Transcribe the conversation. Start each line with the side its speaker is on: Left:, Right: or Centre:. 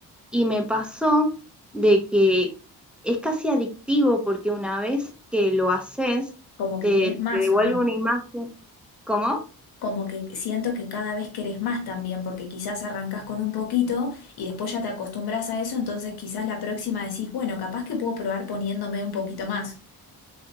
Centre: y me pasó de que es casi adictivo porque una vez que lo haces,
Left: Como que
Centre: te,
Left: querés más,
Centre: te devuelve
Left: ¿o no?
Centre: una imagen, ¿cómo?
Left: Como que siento que cada vez querés más también, porque quizás arrancás con un poquito y después ya te acostumbras a eso, entonces quizás la próxima decís, bueno, capaz que puedo probar poniéndome un poquito más.